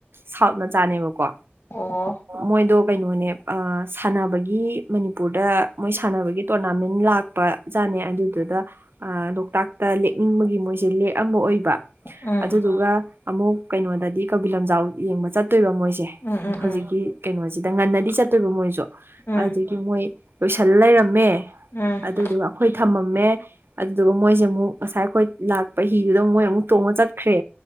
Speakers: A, on the right; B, on the left.
A: ꯁꯥꯎꯠ ꯃꯆꯥꯅꯦꯕꯀꯣ
B: ꯑꯣ
A: ꯃꯣꯏꯗꯣ ꯀꯩꯅꯣꯅꯦ ꯑ ꯁꯥꯟꯅꯕꯒꯤ ꯃꯅꯤꯄꯨꯔꯗ ꯃꯣꯏ ꯁꯥꯟꯅꯕꯒꯤ ꯇꯣꯔꯅꯥꯃꯦꯟ ꯂꯥꯛ__ ꯄ ꯖꯥꯠꯅꯦ ꯑꯗꯨꯗꯨꯗ ꯑ ꯂꯣꯛꯇꯥꯛꯇ ꯂꯦꯛꯅꯤꯡꯕꯒꯤ ꯃꯣꯏꯁꯦ ꯂꯦꯛꯑꯝꯕ ꯑꯣꯏꯕ
B: ꯎꯝ
A: ꯑꯗꯨꯗꯨꯒ ꯑꯃꯨꯛ ꯀꯩꯅꯣꯗꯗꯤ ꯀꯩꯕꯨꯜ ꯂꯝꯖꯥꯎ ꯌꯦꯡꯕ ꯆꯠꯇꯣꯏꯕ ꯃꯣꯏꯁꯦ
B: ꯎꯝ ꯎꯝ
A: ꯍꯧꯖꯤꯛꯀꯤ
B: ꯎꯝ
A: ꯀꯩꯅꯣꯁꯤꯗ ꯉꯟꯅꯗꯤ ꯆꯠꯇꯣꯏꯕ ꯃꯣꯏꯁꯨ
B: ꯎꯝ
A: ꯃꯣꯏ ꯂꯣꯏꯁꯜꯂ ꯂꯩꯔꯝꯃꯦ
B: ꯎꯝ
A: ꯑꯗꯨꯗꯨꯒ ꯑꯩꯈꯣꯏ ꯊꯝꯃꯝꯃꯦ ꯑꯗꯨꯗꯨꯒ ꯃꯣꯏꯁꯦ ꯑꯃꯨꯛ ꯉꯁꯥꯏ ꯑꯩꯈꯣꯏ ꯂꯥꯛꯄ ꯍꯤꯗꯨꯗ ꯃꯣꯏ ꯑꯃꯨꯛ ꯇꯣꯡꯉ ꯆꯠꯈ꯭ꯔꯦ